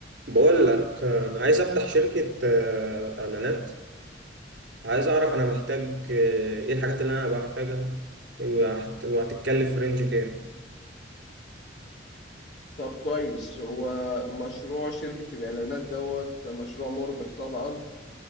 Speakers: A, on the right; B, on the left.
A: بقول لك آه، انا عايز افتح شركة آه، اعلانات عايز اعرف انا محتاج آه، ايه الحاجات اللي انا بحتاجها وهت- وهتتكلف في رينج كام
B: طب كويس هو مشروع شركة الإعلانات دوت مشروع مربح طبعا